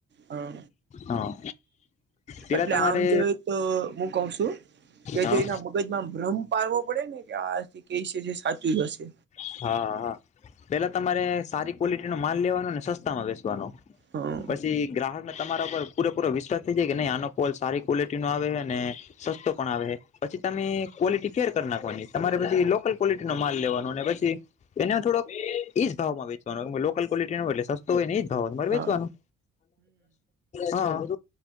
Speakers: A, on the right (about 35°); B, on the left (about 25°).
A: હા
B: હા પેલા
A: એટલે
B: તમારે
A: આમ જોઈ તો હું કઉ છું કે
B: હા
A: જો એના મગજમાં ભ્રમ પારવો પડે ને કે આથી ક છે સાચું જ હશે
B: હા હા પેલા તમારે સારી ક્વોલિટીનો માલ લેવાનો ને સસ્તામાં વસવાનો
A: હા
B: પછી ગ્રાહક તમારા પરર પૂરેપૂરો વિશ્વાસ થઇ જાય કે નહી આનો કોલ સારી ક્વોલિટી નો આવે ને સસ્તો પણ આવે પછી તમે ક્વલિટી ફેર કરી નાખવાની તમારે પછી લોકલ ક્વોલિટી નો માલ લેવાનો અને પછી એ થોડો ઈજ ભાવમાં વેચવાનો લોલ ક્વોલટી આવે એટલે સસ્તું તો એ ઈજ ભાવ માર
A: હા
B: વેચવાનું હા